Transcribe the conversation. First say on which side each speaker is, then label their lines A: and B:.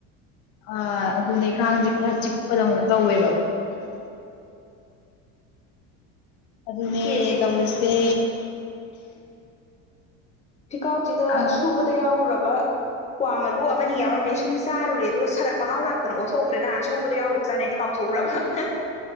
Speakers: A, on the left (about 80°); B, on the left (about 20°).
A: ꯑ ꯑꯗꯨꯅꯦ ꯀꯥꯡꯁꯦ ꯈꯔ ꯆꯤꯛꯄꯗꯧꯅ ꯇꯧꯋꯦꯕ ꯑꯗꯨꯅꯦ
B: ꯆꯦ ꯆꯦ
A: ꯇꯧꯔꯤꯁꯦ
B: ꯐꯤꯀꯥꯎꯁꯤꯗ
A: ꯑꯥ
B: ꯁꯨꯕ ꯗ ꯌꯥꯎꯔꯨꯔꯕ ꯀ ꯃꯔꯨ ꯑꯃꯅꯤ ꯌꯥꯎꯔꯝꯃꯦ ꯁꯨꯝ ꯆꯥꯔꯨꯔꯦ ꯑꯗꯨꯒ ꯁꯔꯞ ꯃꯍꯥꯎꯔꯛ ꯀꯩꯅꯣ ꯑꯣꯠꯊꯣꯛꯈ꯭ꯔꯦ ꯅꯍꯥꯟ ꯁꯨꯕꯗ ꯌꯥꯎꯈꯤꯕ ꯖꯥꯅ ꯑꯩꯗꯤ ꯀꯥꯎꯊꯣꯛꯎꯕ